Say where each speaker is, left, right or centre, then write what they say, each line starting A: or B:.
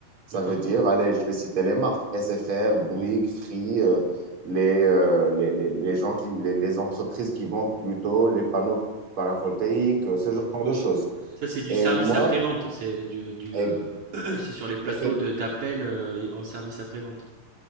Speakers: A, on the right (about 40°); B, on the right (about 60°).
A: Ça
B: d'accord.
A: veut dire, allez, je vais citer les marques, SFR, Bouygues, Free, euh, les, euh, les, les- les gens qui, les, les entreprises qui vendent plutôt les panneaux paravoltaïques, euh, ce genre de choses.
B: Ça, c'est du
A: Et
B: service
A: moi,
B: après-vente, c'est du, du
A: et-
B: euh, <clears throat> c'est sur les plateaux
A: et c'est
B: de- d'appel euh, en service après-vente.